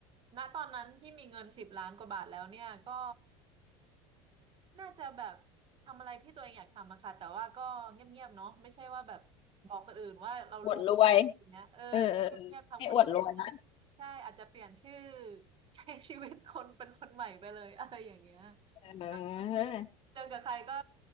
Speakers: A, on the right (about 35°); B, on the left (about 40°).
A: ณตอนนั้นที่มีเงินสิบล้านกว่าบาทแล้วเนี่ยก็ น่าจะแบบทำอะไรที่ตัวเองอยากทำอะค่ะแต่ว่าก็เงียบๆเนาะไม่ใช่ว่าแบบบอกคนอื่นว่าเรารู้
B: อวดรวย
A: อย่างเงี้ยเออ
B: เออเออเออให้อวดรวยนะ
A: เงียบๆทำคนเดียวใช่อาจจะเปลี่ยนชื่อใช้ชีวิตคนเป็นคนใหม่ไปเลย <laughs> อะไรอย่างเงี้ย
B: เออ
A: เออเจอกับใครก็